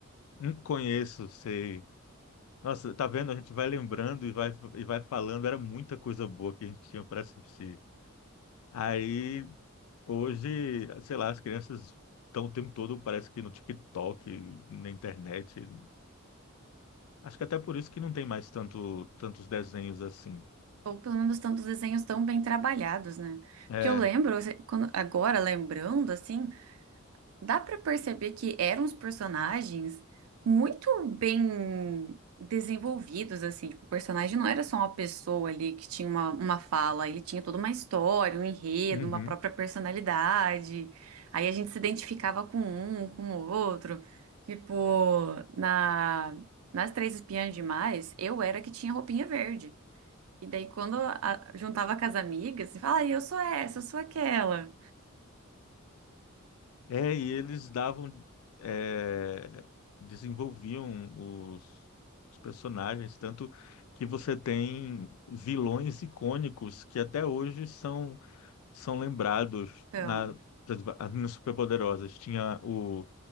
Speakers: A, on the left; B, on the right.
A: hum, conheço, sei. Nossa, tá vendo? A gente vai lembrando e vai, e vai falando. Era muita coisa boa que a gente tinha para assistir. Aí, hoje, sei lá, as crianças estão o tempo todo, parece que no TikTok, na internet. Acho que até por isso que não tem mais tanto, tantos desenhos assim.
B: Ou pelo menos tantos desenhos tão bem trabalhados, né?
A: É.
B: Porque eu lembro, assim, quando- agora lembrando, assim, dá pra perceber que eram os personagens muito bem desenvolvidos, assim. Tipo, o personagem não era só uma pessoa ali que tinha uma, uma fala, ele tinha toda uma história, um enredo,
A: uhum.
B: uma própria personalidade. Aí a gente se identificava com um, com o outro. Tipo, na, nas Três Espiãs Demais, eu era que tinha roupinha verde. E daí, quando a- juntava com as amigas, você fala, ah, eu sou essa, eu sou aquela.
A: É, e eles davam, é, desenvolviam os, os personagens, tanto que você tem vilões icônicos que até hoje são, são lembrados
B: Então,
A: na, por exemplo, as meninas superpoderosas. Tinha o,